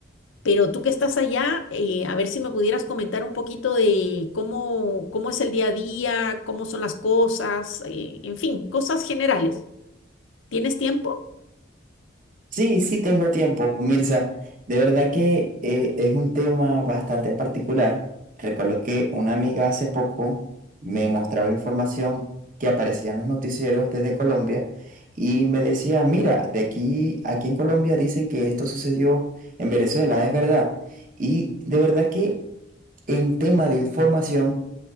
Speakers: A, on the left (about 90°); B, on the right (about 45°).
A: Pero tú que estás allá, eh, a ver si me pudieras comentar un poquito de cómo, cómo es el día a día, cómo son las cosas, eh, en fin, cosas generales. ¿Tienes tiempo?
B: Sí, sí tengo tiempo, Mirza. De verdad que eh, es un tema bastante particular. Recuerdo que una amiga hace poco me mostraba información que aparecía en los noticieros desde Colombia y me decía, mira, de aquí, aquí en Colombia dicen que esto sucedió en Venezuela, es verdad. Y de verdad que en tema de información